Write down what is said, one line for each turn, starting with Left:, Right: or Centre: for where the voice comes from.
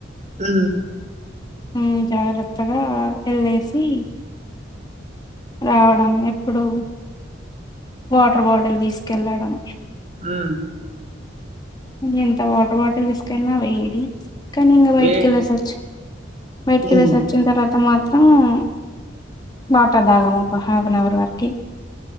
Right: హ
Left: ఉ జాగ్రత్తగా వెళ్ళేసి రావడం ఎప్పుడు వాటర్ బాటిల్ తీసుకెళ్ళడం
Right: ఆ
Left: ఎంత వాటర్ బాటిల్ తీసుకెళ్ళినా వేడి కానీ ఇంకా బయటికి
Right: వేడి
Left: వెల్లేసొచ్చి బయటికి వెళ్లేసి
Right: ఉమ్
Left: వచ్చిన తర్వాత మాత్రం మాత్రం వాటర్ దాగాము ఒక హాఫ్ అన్ అవర్ వరకు